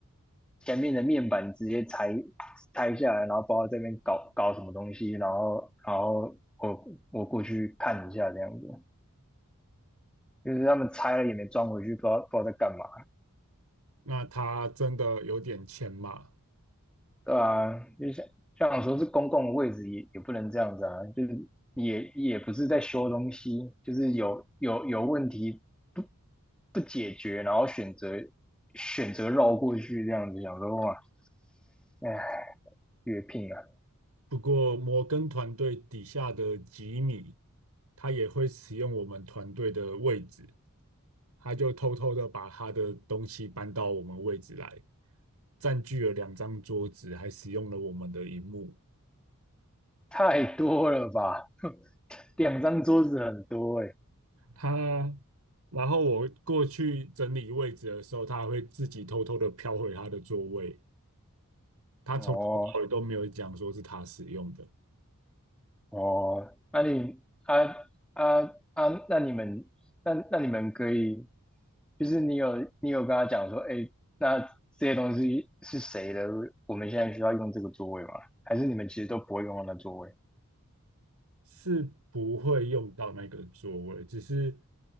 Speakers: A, in the centre; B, on the right.
A: 前面的面板直接拆拆下来，然后包括这边搞搞什么东西，然后然后我我过去看一下这样子，就是他们拆了也没装回去，不知道不知道在干嘛，
B: 那他真的有点钱嘛？
A: 对啊，就像像说是公共的位置也也不能这样子啊，就是也也不是在修东西，就是有有有问题不不解决，然后选择选择绕过去这样子，想说哇，哎，越拼啊。
B: 不过摩根团队底下的吉米，他也会使用我们团队的位置，他就偷偷的把他的东西搬到我们位置来，占据了两张桌子，还使用了我们的荧幕。
A: 太多了吧？<laughs> 两张桌子很多哎、
B: 他，然后我过去整理位置的时候，他还会自己偷偷的飘回他的座位。他从头到尾都没有讲说是他使用的，
A: 哦哦，那、你啊啊啊，那你们那那你们可以，就是你有你有跟他讲说，哎，那这些东西是谁的？我们现在需要用这个座位吗？还是你们其实都不会用到那座位？
B: 是不会用到那个座位，只是